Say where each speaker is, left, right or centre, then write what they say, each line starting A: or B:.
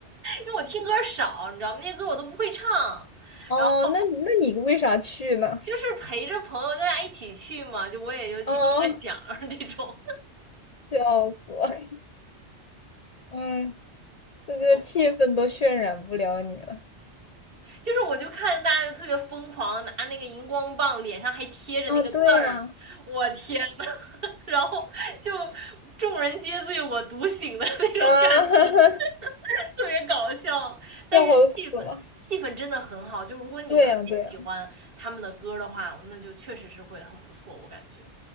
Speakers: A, on the right; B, on the left.
A: 因为我听歌少，你知道吗？那些歌我都不会唱，
B: 哦，
A: 然后
B: 那你那你为啥去呢？
A: 就是陪着朋友大家一起去嘛，就我也就去听个响儿这种。
B: 啊、笑死了。嗯，这个气氛都渲染不了你了。
A: <laughs> 我就是我就看着大家就特别疯狂，拿那个荧光棒，脸上还贴着那个字儿，
B: 啊，对呀、
A: 我天呐，<laughs> 然后就众人皆醉我独醒的那种感觉，
B: 啊，<laughs>
A: 特别搞笑，但是气氛。
B: 笑死了。
A: 气氛真的很好，就如果你特别喜欢他们的歌的话，
B: 对呀、对呀、
A: 那就确实是会很不错，我感觉。